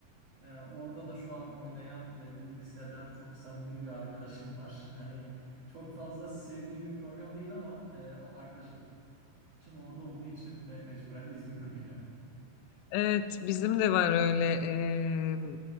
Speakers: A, on the right; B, on the left.
A: E, orada da şu an oynayan e, liseden çok samimi bir arkadaşım var. <laughs> Hani çok fazla sevdiğim bir program değil ama e, arkadaşım orada olduğu için me- mecburen izliyorum yani.
B: Evet, bizim de var öyle. eee,